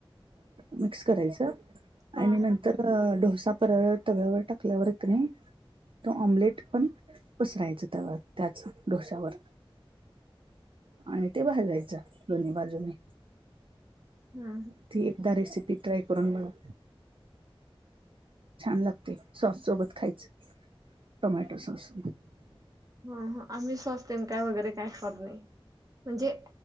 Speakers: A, on the right; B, on the right.
A: मिक्स करायचं
B: हा
A: आणि नंतर डोसा परत तव्यावर टाक टाकल्यावर की नाही. त ऑमलेट पण पसरायचं त्यावर त्याच डोस्यावर. आणि ते भाजायच दोन्ही बाजूने.
B: हा
A: ती एकदा रेसिपी ट्राय करून बगा. छान लागते. सॉससोबत खायचं, टोमॅटो सॉस.
B: हा आम्ही स्वस्त काय वगैरे काय खब नाही म्हणजे